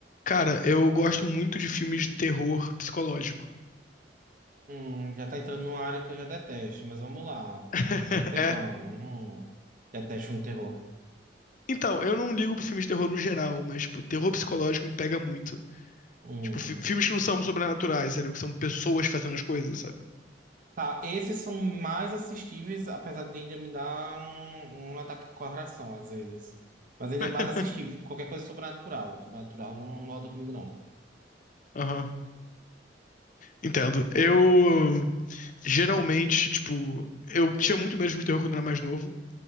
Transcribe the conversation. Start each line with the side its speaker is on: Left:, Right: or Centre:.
Left: Cara, eu gosto muito de filmes de terror psicológico.
Right: Hum, já tá entrando numa área que eu já detesto, mas vamos lá.
Left: <laughs>
Right: Vamos, vamos tentando.
Left: É.
Right: Hum, detesto um terror.
Left: Então, eu não ligo pra filmes de terror no geral, mas, tipo, terror psicológico me pega muito.
Right: Hum.
Left: Tipo, fi- filmes que não são sobrenaturais, entendeu? Que são pessoas fazendo as coisas, sabe?
Right: Tá, esses são mais assistíveis, apesar de ainda me dar um, um ataque de coração às vezes. Mas ainda
Left: <laughs>
Right: é mais assistível do que qualquer coisa sobrenatural. Sobrenatural não roda comigo, não.
Left: Aham. Entendo. Eu geralmente, tipo, eu tinha muito medo de filme de terror quando eu era mais novo.